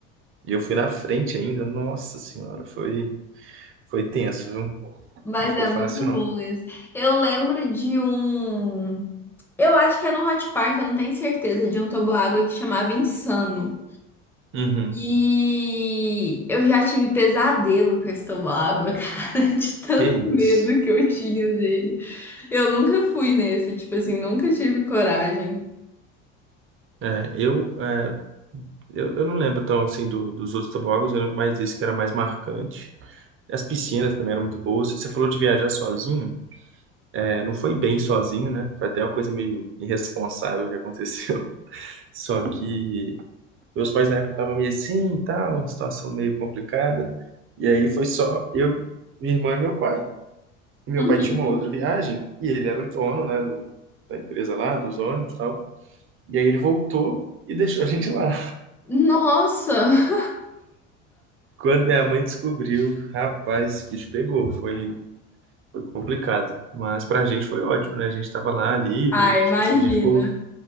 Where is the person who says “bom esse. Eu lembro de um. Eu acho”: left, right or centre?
Centre